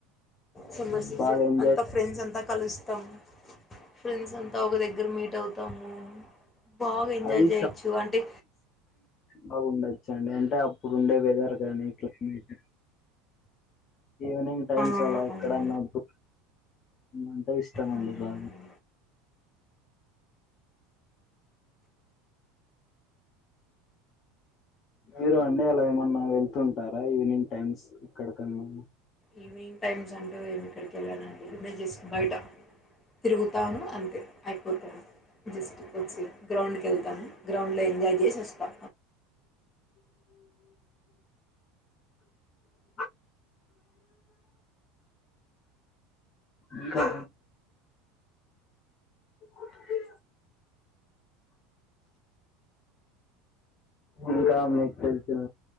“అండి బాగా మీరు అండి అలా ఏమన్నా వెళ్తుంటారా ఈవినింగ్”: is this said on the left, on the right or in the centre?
Left